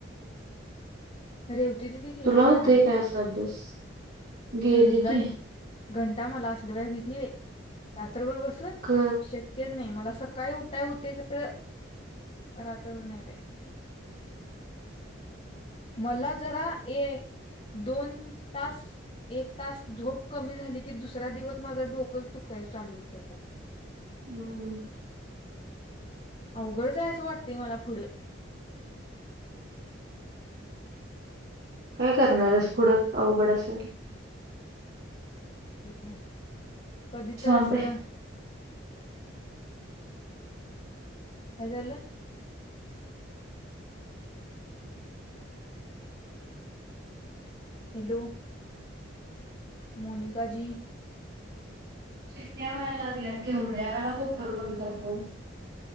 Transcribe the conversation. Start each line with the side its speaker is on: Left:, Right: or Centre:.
Left: रेवती दीदी गेली
Right: तुला
Left: रानात
Right: होतय काय असा अभ्यास गेली
Left: होय का.
Right: की
Left: घंटा मला असल काय होईत नाही रात्रभर बसून
Right: क
Left: शक्यच नाही मला. सकाळी उठाय होते खर रात्रभर काही बाई. मला जरा ये. दोन तास एक तास झोप कमी झाली की दुसरा दिवस माझा डोकुच लगेच चालू होत का?
Right: हम्म.
Left: अवघडच असं वाटतेय मला पुढं.
Right: काय करणाररेस पुढं अवघड असेल.
Left: ह कधी तर
Right: थांब
Left: असं.
Right: बाई
Left: काय झालं. हॅलो. मोनिका जी
Right: शिट्ट्यावा लागल्यात केवड्या कुकर बंद करतो.